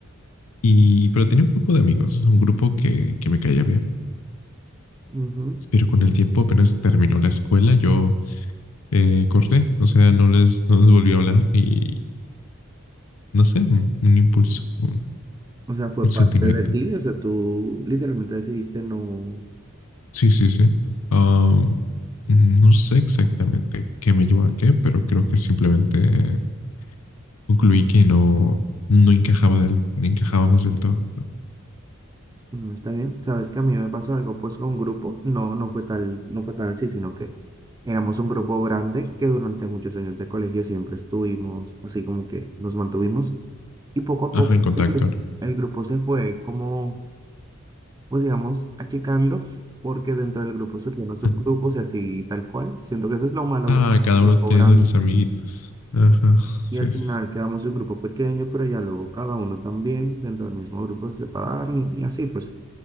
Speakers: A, on the left; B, on the right.
A: Y, pero tenía un grupo de amigos, un grupo que, que me caía bien.
B: Ujú.
A: Pero con el tiempo apenas terminó la escuela, yo eh, corté, o sea, no les, no les volví a hablar y no sé, un, un impulso, un,
B: O sea, fue
A: un sentimiento.
B: parte de ti, o sea, tú literalmente decidiste no,
A: Sí, sí, sí. Ah, no sé exactamente qué me llevó a qué, pero creo que simplemente concluí que no, no encajaba del, no encajábamos del todo.
B: no está bien. Sabes que a mí me pasó algo pues con un grupo, no, no fue tal, no fue tan así, sino que éramos un grupo grande que durante muchos años de colegio siempre estuvimos, así como que nos mantuvimos y poco a
A: Ajá,
B: poco
A: en contacto.
B: el grupo,
A: ¿no?
B: el grupo se fue como pues digamos, achicando, porque dentro del grupo surgen los subgrupos
A: <laughs>
B: y así tal cual. Siento que eso es lo malo
A: Ah,
B: del
A: cada
B: grupo
A: uno tiene
B: grande.
A: sus amiguitos. Ajá, <laughs> sí,
B: Y al final
A: sí.
B: quedamos un grupo pequeño, pero ya luego cada uno también dentro del mismo grupo se separaron y, y así, pues